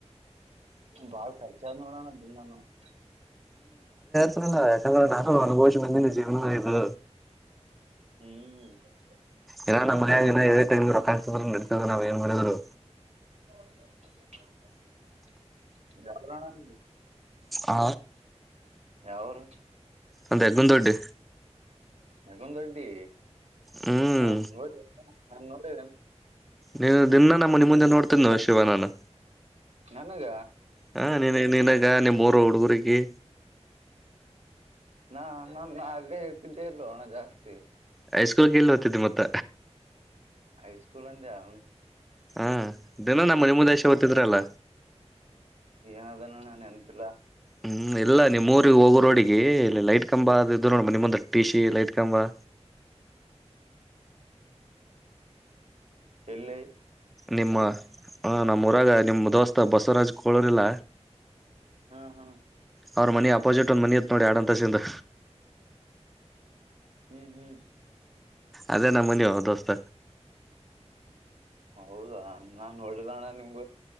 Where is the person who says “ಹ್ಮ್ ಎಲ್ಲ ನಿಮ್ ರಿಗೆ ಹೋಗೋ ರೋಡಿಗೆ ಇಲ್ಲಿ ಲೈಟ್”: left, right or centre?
Centre